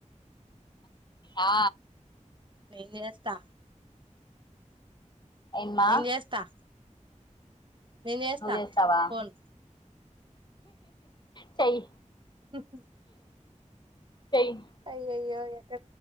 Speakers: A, on the left (about 35°); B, on the right (about 40°).
A: ఆ
B: మెయిల్ చేస్తా
A: ఏంది మా
B: నేన్ చేస్తా నేన్ చేస్తా
A: నువ్వు చేస్తావా
B: ఫోన్
A: చై
B: మ్ మ్
A: చై
B: అయయో అయ్యోక్క